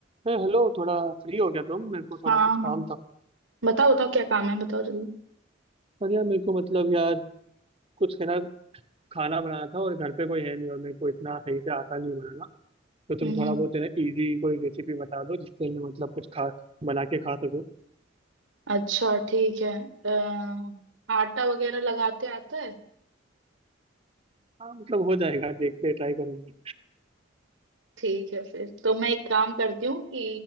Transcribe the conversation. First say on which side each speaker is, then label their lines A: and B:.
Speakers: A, on the right; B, on the right.
A: अरे हेलो थोड़ा फ्री हो गया तुम मेरे को थोड़ा
B: हाँ
A: कुछ काम
B: हाँ
A: था
B: बताओ बताओ क्या काम है बताओ जल्दी
A: पर यार मेरे को मतलब यार कुछ है ना खाना बनाना था और घर पे कोई है नहीं और मेरे को इतना सही से आता नहीं बनाना तो तुम
B: हम्म
A: थोड़ा बहुत है ना इजी कोई रेसिपी बता दो जिससे मैं मतलब कुछ खा बना के खा सकूँ
B: अच्छा ठीक है अ, आटा वगैरह लगाते आता है
A: हाँ मतलब हो जाएगा देखते ट्राई करेंगे
B: ठीक है फिर तो मैं एक काम करती हूँ कि